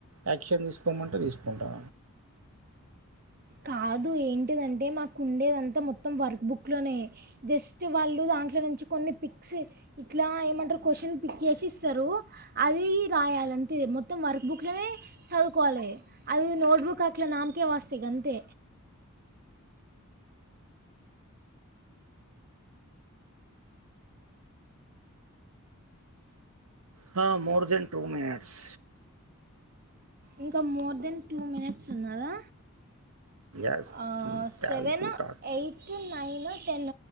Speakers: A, on the right; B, on the right.
A: యాక్షన్ ఇస్ తీసుకోమంటే తీసుకుంటా
B: కాదు ఏంటిది అంటే మాకు ఉండేది అంతా మొత్తం వర్క్ బుక్ లోనే జస్ట్ వాళ్ళు దాంట్లో నుంచి కొన్ని పిక్స్ ఇట్లా ఏమంటారు క్వశ్చన్ పిక్ చేసి ఇస్తారు అది రాయాలి అంతే మొత్తం వర్క్ బుక్స్ లనే చదువుకోవాలే అది నోట్ బుక్ అట్లా నామకే వాస్తి గం తే
A: హ మోర్ దెన్ టూ మినిట్స్
B: ఇంకా మోర్ దెన్ టూ మినిట్స్ ఉన్నదా
A: ఎస్
B: ఆ
A: to tell
B: seven
A: to talk
B: eight nine ten